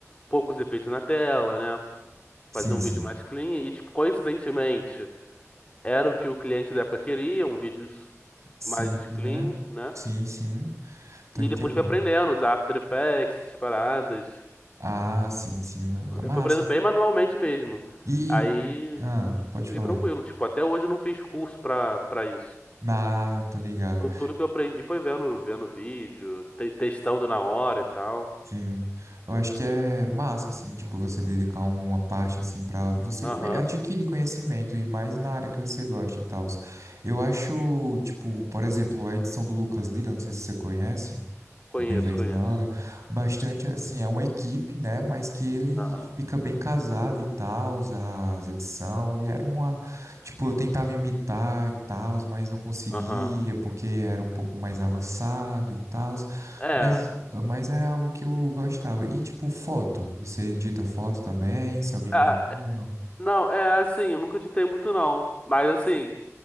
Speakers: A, on the left (about 25°); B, on the right (about 70°).
A: poucos efeitos na tela, né?
B: Sim,
A: Fazia um
B: sim.
A: vídeo mais clean e, tipo, coincidentemente, era o que o cliente da época queria, um vídeo
B: Simples,
A: mais clean,
B: né?
A: né?
B: Sim, sim. Tô
A: E
B: entendendo.
A: depois fui aprendendo a usar After Effects, essas paradas.
B: Ah, sim, sim. Massa.
A: Eu fui aprendendo bem manualmente mesmo.
B: E.
A: Aí,
B: Ah,
A: e
B: pode
A: consegui
B: falar.
A: tranquilo. Tipo, até hoje eu não fiz curso pra, pra isso.
B: Ah, tô ligado.
A: Tu- Tudo que eu aprendi foi vendo, vendo vídeo, te- testando na hora e tal.
B: Sim. Eu acho que é massa, assim, tipo, você dedicar uma parte, assim, pra você
A: Aham.
B: conhe- adquirir conhecimento e mais na área que você gosta e tal. Eu acho, tipo, por exemplo, a edição do Lucas Lira, não sei se você conhece.
A: Conheço,
B: Do evento
A: conheço.
B: na hora. Bastante, assim, é uma equipe, né? Mas que ele
A: Aham.
B: fica bem casado e tal, as edição E era uma. Tipo, eu tentava imitar e tal, mas não conseguia,
A: Aham.
B: porque era um pouco mais avançado e tal.
A: É.
B: Mas, mas é algo que eu gostava. E, tipo, foto. Você edita foto também, se alguém
A: Ah,
B: pediu ou não.
A: não, é assim, eu nunca editei muito não. Mas assim,